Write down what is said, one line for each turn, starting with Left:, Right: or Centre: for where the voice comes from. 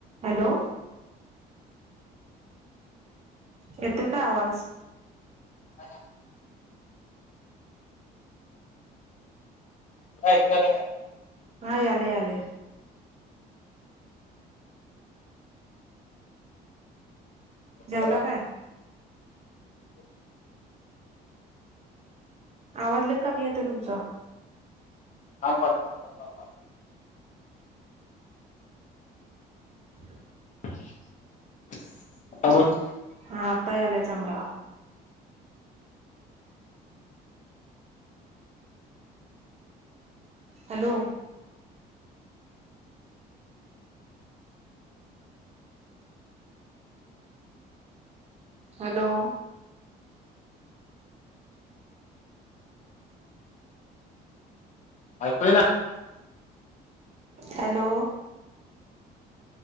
Right: हॅलो. येतोय काय आवाज?
Left: ह <inaudible> ह का.
Right: हा यालय यालय जेवला
Left: बघा,
Right: काय?
Left: <unintelligible>
Right: आवाज लय कमी येते तुमचा.
Left: <unintelligible> थांब.
Right: ह.
Left: <unintelligible>
Right: हा आता यालाय चांगला. हॅलो. हॅलो.
Left: ऐकू येना.
Right: हॅलो.